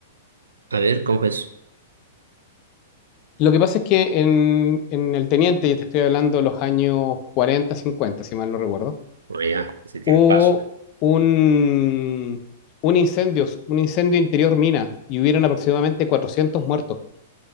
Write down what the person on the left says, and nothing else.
Lo que pasa es que en, en el Teniente, y te estoy hablando de los años 40, 50, si mal no recuerdo,
hubo un, un incendio, un incendio interior mina y hubieron aproximadamente 400 muertos